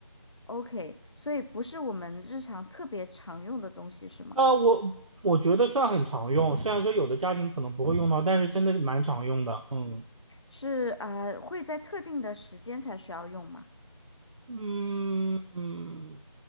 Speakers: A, on the left; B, on the right.
A: ，OK，所以不是我们日常特别常用的东西是吗？
B: 啊，我我觉得算很常用，虽然说有的家庭可能不会用到，但是真的是蛮常用的。嗯
A: 是呃，会在特定的时间才需要用吗？
B: 嗯嗯